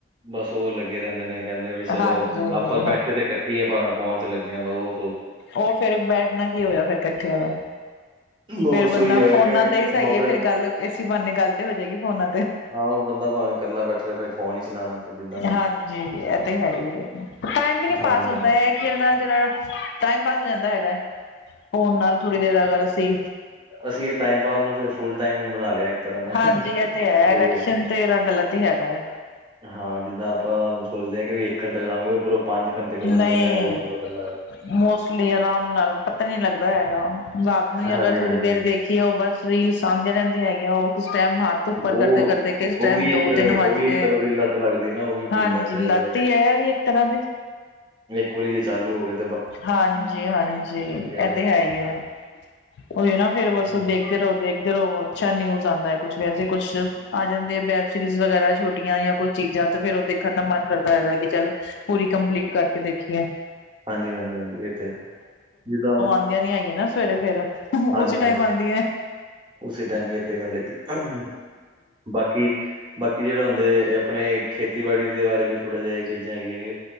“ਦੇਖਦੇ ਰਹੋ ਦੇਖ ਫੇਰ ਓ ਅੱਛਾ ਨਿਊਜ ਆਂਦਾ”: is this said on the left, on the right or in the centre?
Left